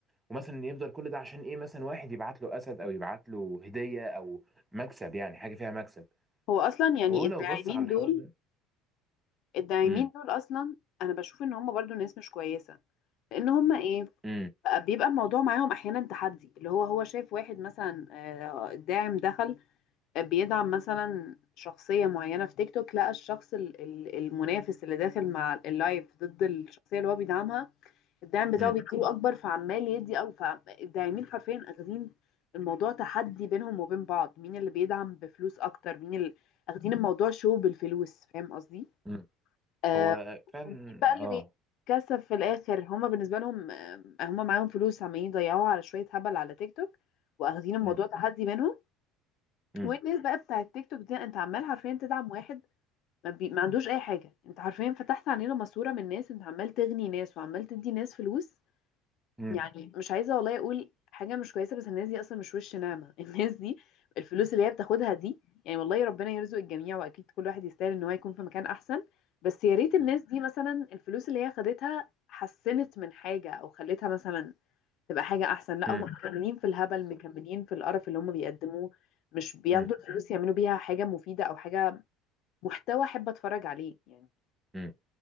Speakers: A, on the right; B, on the left.
A: ومثلا يفضل كل ده عشان ايه مثلا واحد يبعت له اسد او يبعت له هديه او مكسب يعني حاجه فيها مكسب
B: هو اصلا يعني
A: وهو
B: الداعمين
A: لو بص على الحوار
B: دول
A: ده
B: الداعمين
A: امم
B: دول اصلا انا بشوف ان هم برضو ناس مش كويسة لان هم ايه
A: امم
B: بقى- بيبقى الموضوع معاهم احيانا تحدي اللي هو هو شايف واحد مثلا آه، الداعم دخل بيدعم مثلا شخصية معينة في تيك توك لقى الشخص ال- ال- المنافس اللي داخل مع اللايف ضد الشخصية اللي هو بيدعمها الدعم بتاعه
A: امم
B: بيديله أكبر فعمال يدي أو فالداعمين حرفيا أخذين الموضوع تحدي بينهم وبين بعض مين اللي بيدعم بفلوس أكتر مين اللي أخدين الموضوع شو بالفلوس فاهم قصدي؟
A: امم
B: آه،
A: هو فعلا
B: مين بقى اللي
A: اه
B: بيتكسب في الآخر هما بالنسبة لهم آه، هما معاهم فلوس عمالين يضيعوها على شوية هبل على تيك توك وأخدين الموضوع
A: امم
B: تحدي منهم
A: امم
B: والناس بقى بتاع التيك توك دي انت عمال حرفيا تدعم واحد ما, بي... ما عندوش اي حاجه انت حرفيا فتحت علينا ماسوره من ناس انت عمال تغني ناس وعمال تدي ناس فلوس
A: امم
B: يعني مش عايزه والله اقول حاجه مش كويسه بس الناس دي اصلا مش وش نعمه <laughs> الناس دي الفلوس اللي هي بتاخدها دي يعني والله ربنا يرزق الجميع واكيد كل واحد يستاهل ان هو يكون في مكان احسن بس يا ريت الناس
A: امم
B: دي مثلا الفلوس اللي هي خدتها حسنت من حاجه او خلتها مثلا تبقى حاجة أحسن لا
A: امم
B: هم <laughs> مكملين في الهبل
A: بالظبط
B: مكملين في القرف اللي هم بيقدموه مش بياخدوا
A: امم
B: الفلوس يعملوا بيها حاجة مفيدة أو حاجة محتوى أحب أتفرج عليه يعني
A: امم